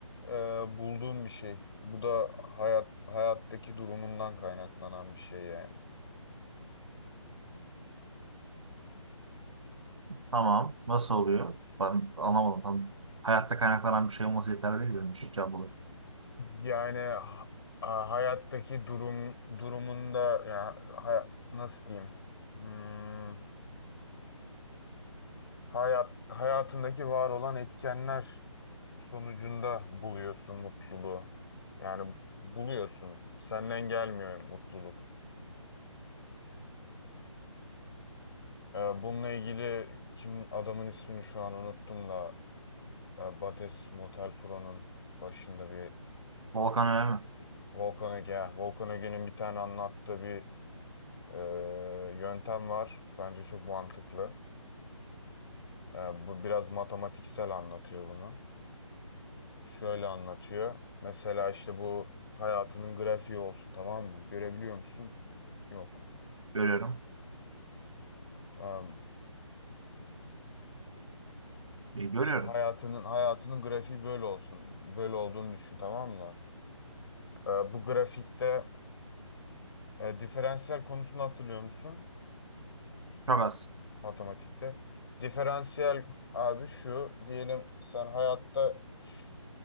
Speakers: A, on the left; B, on the right.
A: e, bulduğum bir şey. Bu da hayat hayattaki durumundan kaynaklanan bir şey yani.
B: Tamam. Nasıl oluyor? Ben anlamadım. Tam hayatta kaynaklanan bir şey olması yeterli değil benim için cevap olarak.
A: Yani ha- a- hayattaki durum durumunda ya hay- nasıl diyeyim? Hmm, hayat hayatındaki var olan etkenler sonucunda buluyorsun mutluluğu. Yani buluyorsun. Senden gelmiyor mutluluk. Ee, bununla ilgili kim adamın ismini şu an unuttum da e, Bates Motel Pro'nun başında bir
B: Volkan öyle mi?
A: Volkan Ege, ha, Volkan Ege'nin bir tane anlattığı bir e, yöntem var. Bence çok mantıklı. E, bu biraz matematiksel anlatıyor bunu. Şöyle anlatıyor. Mesela işte bu hayatının grafiği olsun tamam mı? Görebiliyor musun? Yok.
B: Görüyorum.
A: Am,
B: E, görüyorum.
A: işte hayatının hayatının grafiği böyle olsun. Böyle olduğunu düşün tamam mı? E, bu grafikte E, diferansiyel konusunu hatırlıyor musun
B: Çok az.
A: matematikte? Diferansiyel abi şu diyelim sen hayatta ş-